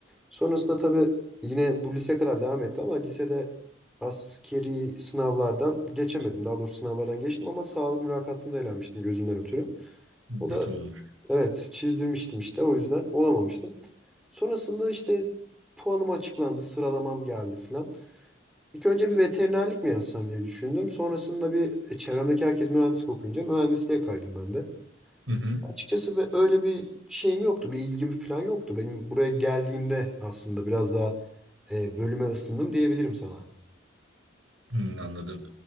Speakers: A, in the centre; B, on the right (about 80°).
A: Sonrasında tabii yine bu lise kadar devam etti ama lisede askeri sınavlardan geçemedim. Daha doğrusu sınavlardan geçtim ama sağlık mülakatında elenmiştim gözümden ötürü. O
B: Kötü
A: da
B: olmuş.
A: evet çizdirmiştim işte o yüzden olamamıştım. Sonrasında işte puanım açıklandı, sıralamam geldi falan. İlk önce bir veterinerlik mi yazsam diye düşündüm. Sonrasında bir e, çevremdeki herkes mühendislik okuyunca mühendisliğe kaydım ben de.
B: Hı hı.
A: Açıkçası be- öyle bir şeyim yoktu, bir ilgim falan yoktu. Benim buraya geldiğimde aslında biraz daha e, bölüme ısındım diyebilirim sana.
B: Hmm, anladım.